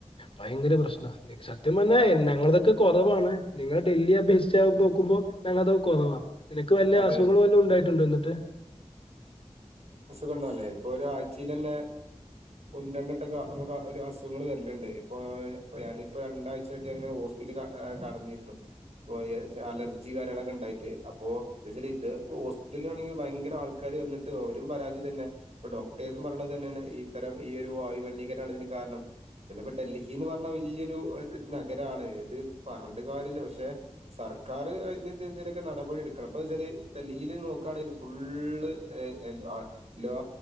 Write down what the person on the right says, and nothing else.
അ
അതെ
ഗളെല്ലേ ഇപ്പൊ ഒരു ആച്ചിലല്ലേ ഒന്നരണ്ടട്ടട്ടൊക്കൊ നമക്ക് ഒരു അസുങ്ങൾ വരലിണ്ട് ഇപ്പോ ഇപ്പ ഞാനിപ്പോ രണ്ടാഴ്ചായിട്ട് ഞനിങ്ങനെ ഹോസ് ൽ കടന്നിരുന്നു പ്പോഅലർജി കാര്യങ്ങളൊക്കെ ഇണ്ടായിട്ട് അപ്പോ വിസല് ഇത് ഹോസ്പിറ്റലിലാണെങ്കി ഭയങ്കര ആൾക്കാര് വന്ന്ട്ട് ഔരും പരാതി ഇതന്നെ ഇപ്പൊ ഡോക്ടേഴ്സും പറണത ങ്ങള് ഇത്തരം ഈ ഒരു വായുമലീകരണാതിന് കാരണം പിന്നെ പോ ഡൽഹി എന്ന് പറഞ്ഞ വല്ല്യരു നഗരാണ് ഇത് പറഞ്ഞിട്ട് കാര്യല്ല പക്ഷെ സർക്കാർ അയിനെന്തെങ്കിലൊക്കെ നടപടി എടുക്കണം. അന്നെച്ചാല് ഡൽഹിയിൽ നോക്കാണേല് ഫുള്ള് എ എൽ ആ ഹ് ല്ലാ